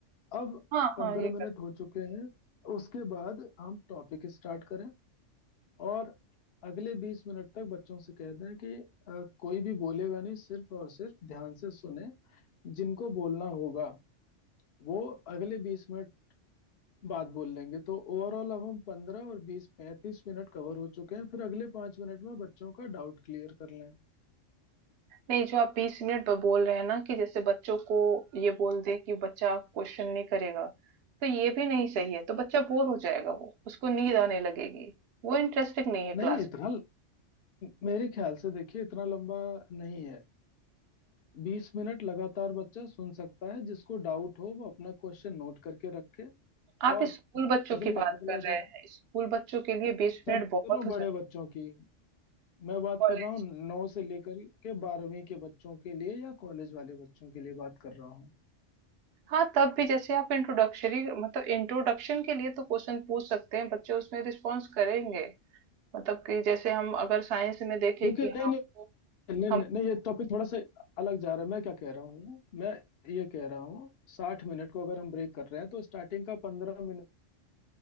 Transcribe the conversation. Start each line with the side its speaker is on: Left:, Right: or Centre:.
Left: अब
Right: हाँ
Left: पंद्रह
Right: हाँ ये
Left: मिनट हो चुके हैं उसके बाद हम टॉपिक स्टार्ट करें और अगले बीस मिनट तक बच्चों से कह दें कि अ, कोई भी बोलेगा नहीं सिर्फ और सिर्फ ध्यान से सुने जिनको बोलना होगा वो अगले बीस मिनट बाद बोल लेंगे तो ओवरऑल अब हम पंद्रह और बीस पैंतीस मिनट कवर हो चुके हैं फिर अगले पांच मिनट में बच्चों का डाउट क्लियर कर लें
Right: नहीं जो आप बीस मिनट पर बोल रहे हैं ना कि जैसे बच्चों को ये बोल दे कि बच्चा क्वेश्चन नहीं करेगा तो ये भी नहीं सही है तो बच्चा बोर हो जाएगा वो उसको नींद आने लगेगी वो इंटरेस्टिंग नहीं है
Left: नहीं
Right: क्लास
Left: इतना
Right: में
Left: मेरे ख्याल से देखिए इतना लंबा नहीं है बीस मिनट लगातार बच्चा सुन सकता है जिसको डाउट हो वो अपना क्वेश्चन नोट करके रखे
Right: आप
Left: और
Right: स्कूल बच्चों
Left: अगले
Right: की बात
Left: अगला
Right: कर रहे
Left: जब
Right: हैं स्कूल बच्चों के लिए बीस
Left: मैं
Right: मिनट
Left: बात
Right: बहुत
Left: कर रहा हूँ
Right: हो
Left: बड़े
Right: जाते हैं
Left: बच्चों की मैं बात
Right: कॉलेज
Left: कर रहा हूँ नौ से लेकर के बारहवीं के बच्चों के लिए या कॉलेज वाले बच्चों के लिए बात कर रहा हूँ
Right: हाँ तब भी जैसे आप इंट्रोडक्शरी मतलब इंट्रोडक्शन के लिए तो क्वेश्चन पूछ सकते हैं बच्चे उसमें रिस्पॉन्स करेंगे मतलब कि जैसे हम अगर साइंस में देखें
Left: क्योंकि
Right: कि हाँ
Left: नहीं नहीं
Right: हमको-
Left: नहीं नहीं
Right: हम
Left: नहीं, ये टॉपिक थोड़ा सा अलग जा रहा है मैं क्या कह रहा हूँ मैं ये कह रहा हूँ साठ मिनट को अगर हम ब्रेक कर रहे हैं तो स्टार्टिंग का पंद्रह मिनट